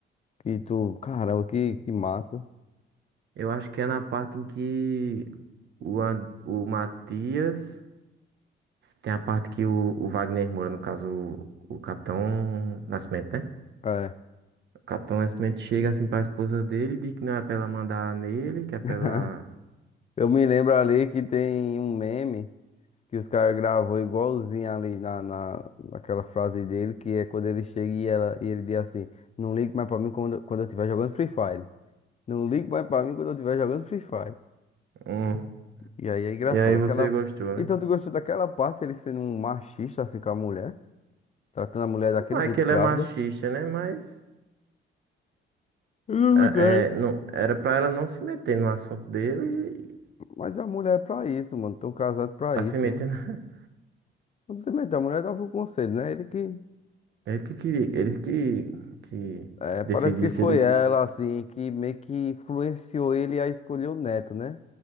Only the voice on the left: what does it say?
Que tu. Caramba, que, que massa.
É.
<laughs>
Eu me lembro ali que tem um meme. Que os caras gravou igualzinho ali na, na, naquela frase dele, que é quando ele chega e, ela, e ele diz assim, não ligue mais pra mim quando, quando eu estiver jogando Free Fire. Não ligue mais pra mim quando eu estiver jogando Free Fire.
E aí é engraçado.
Aquela...
Então
tu gostou daquela parte, ele sendo um machista assim com a mulher, tratando a mulher daquele
jeito
grávida.
Eu não
me caio.
Mas a mulher é pra isso, mano. Tô casado pra
isso,
né?
Não se mete, a mulher dava o conselho, né? Ele que.
É,
parece
que
foi
ela, assim, que meio que influenciou ele a escolher o Neto, né?